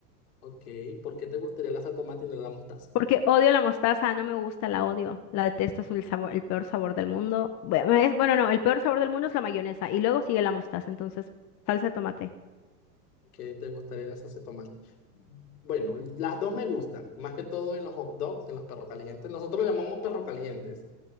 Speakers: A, on the left (about 70°); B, on the left (about 35°).
A: Ok, ¿por qué te gustaría la salsa de tomate y no la mostaza?
B: Porque odio la mostaza, no me gusta, la odio. La detesto, es el sabor, el peor sabor del mundo. Bueno, es- bueno, no, el peor sabor del mundo es la mayonesa y luego sigue la mostaza, entonces salsa de tomate.
A: ¿Qué te gustaría la salsa de tomate. Bueno, las dos me gustan, más que todo en los hot dogs, en los perros calientes. Nosotros lo llamamos perros calientes